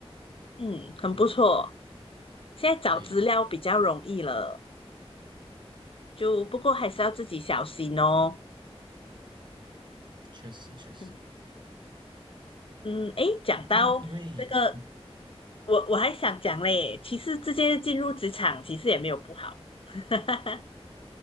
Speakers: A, on the left; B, on the right.
A: 嗯很不错，
B: 嗯，
A: 现在找资料比较容易了，
B: 对，
A: 就不过还是要自己小心哦。
B: 确实确实。
A: 嗯嗯，诶，讲到这个
B: 那因为
A: 我我还想讲嘞，其实直接进入职场其实也没有不好，<laughs>